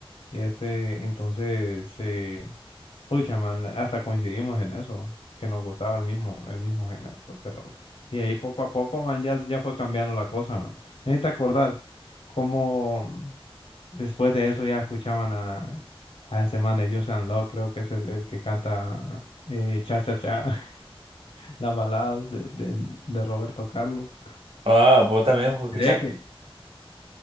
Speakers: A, on the left; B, on the right.
A: Y este, entonces, eh, pucha, man, hasta coincidimos en eso, que nos gustaba el mismo, el mismo género, pues, de rock. Y ahí poco a poco, man, ya, ya fue cambiando la cosa, man. Ahí te acordás cómo después de eso ya escuchaban a, a ese man de Joseon Love, creo que es el, el que canta eh, Cha Cha Cha, <laughs> las baladas de, de, de Roberto Carlos.
B: Ah, vos también escuchaste.
A: Miré que.